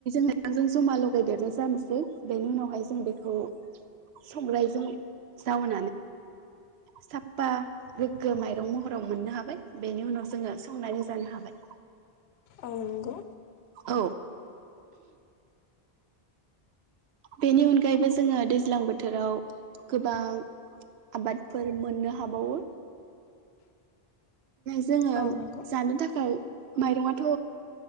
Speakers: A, on the right (about 85°); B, on the left (about 85°).
A: माइरंजों जमा लगा गदेरनाय जानोसै बेनि उनावहाय जों बेखौ संग्रायजों जाव साफा गोग्गो माइरं महराव मोननो हाबाय बेनि उनाव जोङो संनानै जानो हाबाय
B: औ नंगौ
A: औ बेनि अनगायैबो जोङो दैज्लां बोथोराव गोबां आबादफोर मोननो हाबावो जोङो
B: औ नंगौ
A: जानो थाखाय माइरंथ'